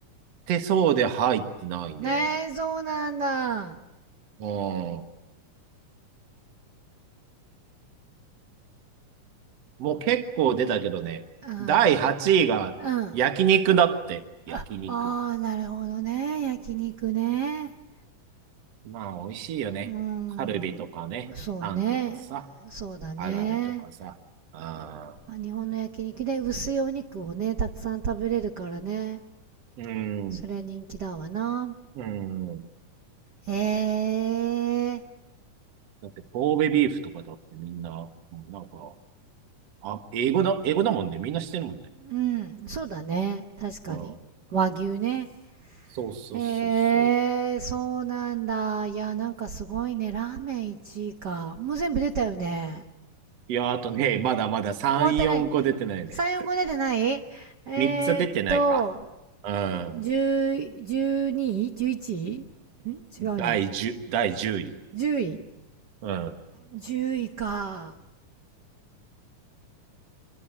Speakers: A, on the right (about 55°); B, on the right (about 75°).
A: てそうで入ってないね。
B: ねえ、そうなんだ。
A: うん。もう結構出たけどね、
B: うん。
A: 第8位が焼肉だって。
B: うん。
A: 焼肉。
B: ああ、なるほどね。焼肉ね。
A: まあ、美味しいよね。
B: うん。
A: カルビとかね、
B: そうね。
A: タンとかさ、
B: そうだね。
A: アラメとかさ。あ
B: まあ、日本の焼肉で薄いお肉をね、たくさん食べれるからね。
A: ー、うん、
B: それ人気だわな。
A: うん。
B: ええ
A: だって神戸ビーフとかだってみんな、もうなんか、あ、英語だ、英語だもんね。みんな知ってるもんね。
B: ーうん。そうだね。確かに。
A: うん。
B: 和牛ね。
A: そうそうそうそう。
B: ええーそうなんだ。いや、なんかすごいね。ラーメン1位か。もう全部出たよね。
A: いや、あとね、まだまだ3、
B: 終わったね。
A: 4個出てないね。
B: 3、4、5出てないえー、
A: 3つ出てないか。
B: っと、
A: うん。
B: 10、12位 ?11 位ん違うね。
A: 第10、第10位。
B: 10位。
A: うん。
B: 10位か。